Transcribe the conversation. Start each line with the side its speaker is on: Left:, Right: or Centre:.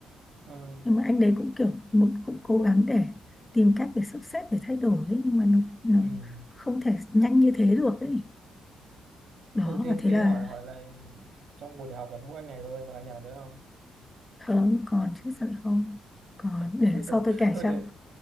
Right: ờ,
Left: nhưng mà anh đấy cũng kiểu muốn cũng cố gắng để tìm cách để sắp xếp để thay đổi ấy, nhưng mà nó nó
Right: ừ.
Left: không thể nhanh như thế được ấy đó
Right: ừ thế
Left: và thế
Right: thế
Left: là
Right: hỏi hỏi lại trong một đại học là có mỗi anh này thôi còn anh nào nữa không
Left: không còn chứ sao lại không còn
Right: <laughs>
Left: để lần
Right: thế
Left: sau
Right: tôi
Left: tôi kể
Right: tôi
Left: cho
Right: để